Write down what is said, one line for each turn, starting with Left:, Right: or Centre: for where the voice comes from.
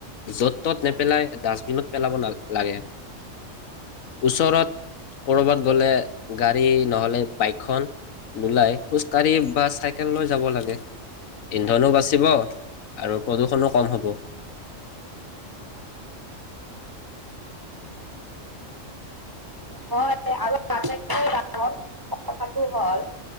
Left: য'ত ত'ত নেপেলাই ডাষ্টবিনত পেলাব ন-লাগে ওচৰত কৰ'বাত গ'লে গাড়ী নহ'লে বাইকখন নোলাই খোজকাাঢ়ি বা চাইকেল লৈ যাব লাগে ইন্ধনো বাচিব আৰু প্ৰদূষণো কম হ'ব।
Right: হয় আৰু আটাইতকৈ কথাটো হল।